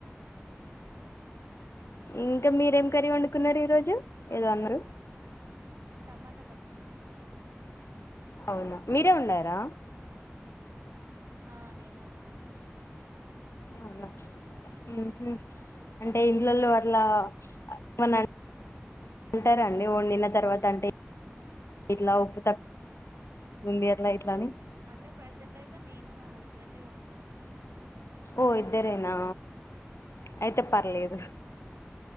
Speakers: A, on the left (about 80°); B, on the right (about 80°).
A: ఇంకా మీరేం కర్రీ వండుకున్నారు ఈ రోజు ఏదో అన్నారు
B: టమాటా పచ్చిమిర్చి వండిన
A: అవునా మీరే వండారా
B: ఆ నేనే వండాను
A: అవునా ఉహూ అంటే ఇంట్లల్లో అట్లా ఏమన్నా అంటారా అండి అంటే వండిన తర్వాత అంటే ఇట్లా ఉప్పు తక్కువ ఉంది అట్లా ఇట్లాని
B: అంటే ప్రెసెంట్ అయితే నేను మా హస్బెండే ఉంటాము
A: ఓ ఇద్దరేనా అయితే పర్లేదు